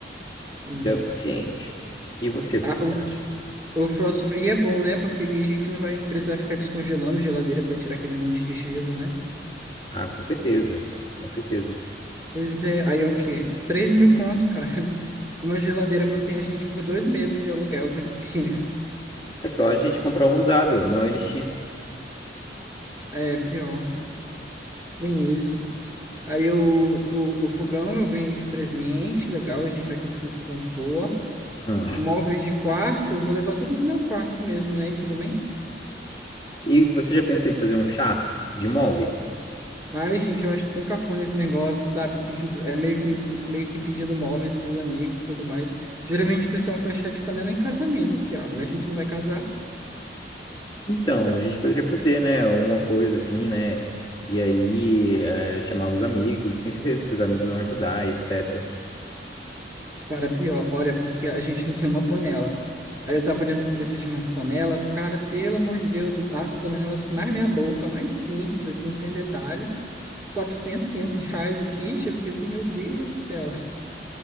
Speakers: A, on the right; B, on the left.
A: Isso.
B: já é o suficiente. E você, o
A: Ah,
B: que que você acha?
A: O frost free é bom, né? Porque a gente não vai precisar ficar descongelando geladeira para tirar aquele monte de gelo, né?
B: Ah, com certeza, com certeza.
A: Pois é, aí é o quê? Três mil conto, cara. <laughs> Uma geladeira mantém a gente por dois meses de aluguel com esse dinheiro. <laughs>
B: É só a gente comprar uma usada, não LX.
A: É, pior. Tem isso. Aí o, o, o fogão eu ganhei de presente, legal, a gente vai conseguir o fogão de boa.
B: Ah,
A: Móveis de quarto, eu vou levar tudo pro meu quarto mesmo, né? E tudo
B: e você já pensou em fazer um chá de móveis?
A: Ai, gente, eu acho tão cafona esse negócio, sabe? Pedi- É meio que, meio que pedindo móveis pros amigos e tudo mais. Geralmente o pessoal faz chá de panela em casamento, Thiago. A gente não vai casar.
B: Então, a gente poderia fazer, né? Uma coisa assim, né? E aí, é, chamar os amigos. Tenho certeza que os amigos vão ajudar, etc.
A: Cara, pior, olha, porque a gente não tem uma panela. Aí eu tava olhando os preços de umas panelas, cara, pelo amor de Deus, as panelas assim, mais meia boca, mais simples, assim, sem detalhes. quatrocentos 500 reais o kit. Eu fiquei assim, meu Deus do céu, <laughs>